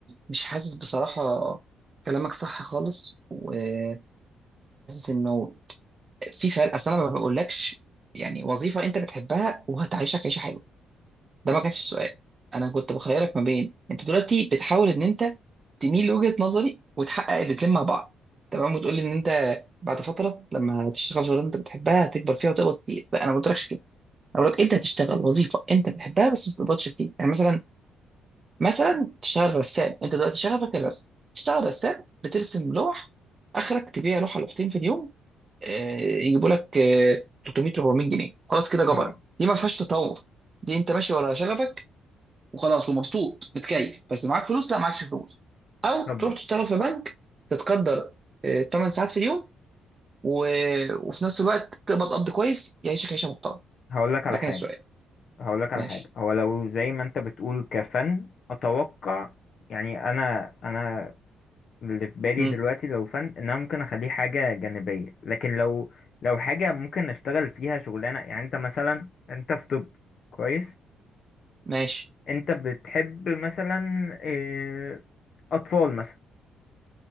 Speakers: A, on the right; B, on the left.
A: مش حاسس بصراحه كلامك صح خالص وحاسس انه في فرق اصل انا ما بقولكش يعني وظيفه انت بتحبها وهتعيشك عيشه حلوه ده ما كانش السؤال انا كنت بخيرك ما بين انت دلوقتي بتحاول ان انت تميل لوجهة نظري وتحقق الاتنين مع بعض تمام وتقول لي ان انت بعد فتره لما تشتغل شغلانه انت بتحبها هتكبر فيها وتقبض كتير لا انا ما قلتلكش كده انا بقول لك انت هتشتغل وظيفه انت بتحبها بس ما بتقبضش كتير يعني مثلا مثلا تشتغل رسام انت دلوقتي شغفك الرسم تشتغل رسام بترسم لوح اخرك تبيع لوحه لوحتين في اليوم آه، يجيبوا لك آه، 300 400 جنيه خلاص كده جبرت
B: اه
A: دي ما فيهاش تطور دي انت ماشي ورا شغفك وخلاص ومبسوط متكيف بس معاك فلوس لا معكش فلوس او
B: طب
A: تروح تشتغل في بنك تتقدر 8 ساعات في اليوم و... وفي نفس الوقت تقبض قبض كويس يعيشك عيشه محترمه
B: هقول لك على
A: ده كان
B: حاجة
A: السؤال
B: هقول لك على
A: ماشي
B: حاجة هو لو زي ما انت بتقول كفن اتوقع يعني انا انا اللي في بالي
A: مم.
B: دلوقتي لو فن ان انا ممكن اخليه حاجه جانبيه لكن لو لو حاجه ممكن اشتغل فيها شغلانه يعني انت مثلا انت في طب كويس
A: ماشي
B: انت بتحب مثلا آه، اطفال مثلا